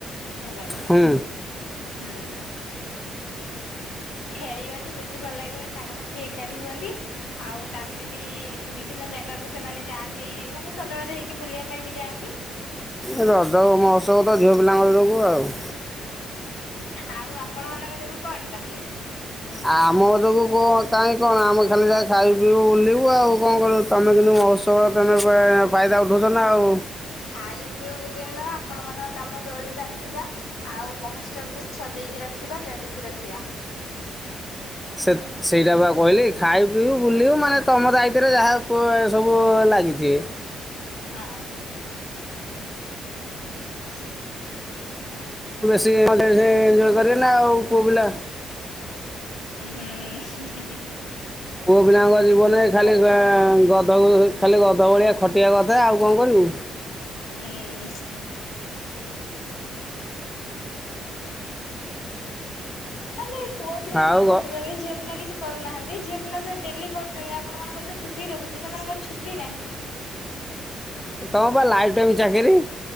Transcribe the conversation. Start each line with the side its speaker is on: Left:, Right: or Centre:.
Left: ଭଲ ଲାଗେ,
Centre: ହୁଁ
Left: ହୁଁ। ଖେଳିବାଠୁ ବେଶୀ ଭଲ ଲାଗିବ, ଏଇ ସାଙ୍ଗସାଥି ଏକାଠି ହୁଅନ୍ତି। ଆଉ ତାପରେ ବି ବିଭିନ୍ନ ଜାଗାକୁ ସେମାନେ ଯାଆନ୍ତି ମାନେ ସଜବାଜ ହେଇକି ବୁଲିବା ପାଇଁ ବି ଯାଆନ୍ତି।
Centre: ଏ ରଜ ମହୋତ୍ସବ ତ ଝିଅ ପିଲାଙ୍କ ଯୋଗୁ ଆଉ।
Left: ଆଉ ଆପଣ ମାନଙ୍କ ଯୋଗୁ କଣ ତାହେଲେ?
Centre: ଆମ ଯୋଗୁ କଣ କାଇଁ କଣ ଆମେ ଖାଲି ଯାହା ଖାଇବୁ ପିଇବୁ ବୁଲିବୁ ଆଉ କଣ କରିବୁ ତମେ କିନ୍ତୁ ମହୋତ୍ସବର ତେମେ ବା ଫାଇଦା ଉଠୋଉଚ ନା ଆଉ।
Left: ଖାଇବ ପିଇବ ବୁଲବ ନୁହଁ, ଆପଣ ମାନଙ୍କ କାମ ଦୋଳି ବାନ୍ଧିବା ଆଉ ମହୋତ୍ସବକୁ ସଜେଇକି ରଖିବା ଜଗିକି ରଖିବା।
Centre: ସେ ସେଇଟା ବା କହିଲି ଖାଇବୁ ପିଇଉ ବୁଲିବୁ ମାନେ ତମ ଦାୟିତ୍ୱରେ ଯାହା ସବୁ ଲାଗିଥିବେ।
Left: ହଁ। ହଁ।
Centre: ବେଶୀ <unintelligible> ଏଞ୍ଜୟ୍ କରିବେ ନା ଆଉ ପୁଅ ପିଲା
Left: ହୁଁ ହୁଁ ହୁଁ
Centre: ପୁଅ ପିଲାଙ୍କ ଜୀବନରେ ଖାଲି
Left: ଘରେ
Centre: ଗାଁ ଗଧକୁ ଖାଲି ଗଧ ଭଳିଆ ଖଟିଆ କଥା ଆଉ କଣ କରିବୁ?
Left: ହୁଁ। ଖାଲି ପୁଅ ପିଲା କଣ
Centre: ଆଉ
Left: ଖଟୁଛନ୍ତି
Centre: ଗ-
Left: ଝିଅ ପିଲା କିଛି କରୁନାହାନ୍ତି, ଝିଅ ପିଲା ତ ଡେଲି କରୁଛନ୍ତି ଆପଣ ମାନଙ୍କର ତ ଛୁଟି ରହୁଛି ସେମାନଙ୍କର ଛୁଟି ନାହିଁ।
Centre: ତମ ବା ଲାଇଫ୍ ଟାଇମ ଚାକିରି।